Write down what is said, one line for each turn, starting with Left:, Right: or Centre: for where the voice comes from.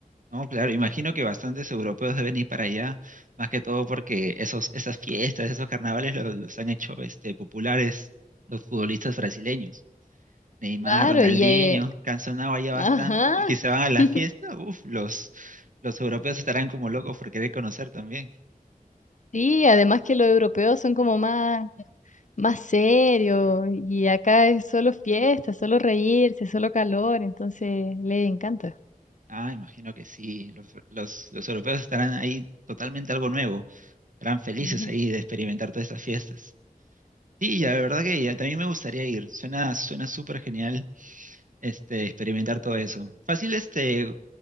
Right: No, claro. Imagino que bastantes europeos deben ir para allá, más que todo porque esos, esas fiestas, esos carnavales los, los han hecho este, populares los futbolistas brasileños. Neymar,
Left: Claro,
Right: Ronaldinho,
Left: y... eh,
Right: que han sonado ya bastante
Left: ajá.
Right: y que se van a la
Left: <laughs>
Right: fiesta, uff, los, los europeos estarán como locos por querer conocer también.
Left: Sí, además que los europeos son como más más serio y acá es solo fiesta, solo reírse, solo calor, entonces le encanta.
Right: Ah, imagino que sí, los, los, los europeos estarán ahí totalmente algo nuevo, estarán felices
Left: Ujú,
Right: ahí de experimentar todas estas fiestas. Sí,
Left: Sí.
Right: ya, de verdad que ya, también me gustaría ir, suena, suena súper genial este, experimentar todo eso. Fácil, este,